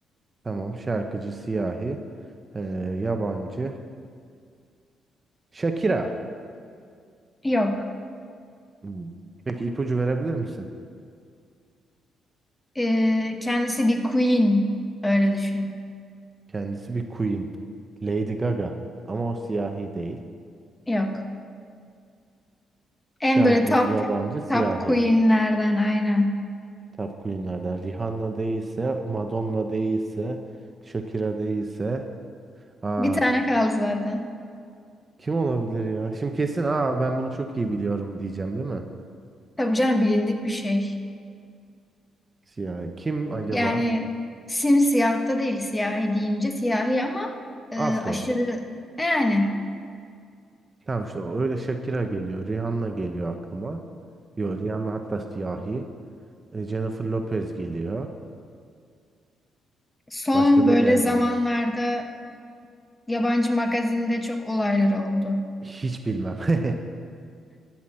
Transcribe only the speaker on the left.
Yok.
Ee, kendisi bir queen. Öyle düşün.
Yok. En
böyle top
top queenlerden aynen.
Bir tane kaldı zaten.
Tabii canım bilindik bir şey.
Yani simsiyah da değil siyahi deyince siyahi ama e,
aşırı yani
son
böyle
zamanlarda yabancı magazinde çok olayları oldu.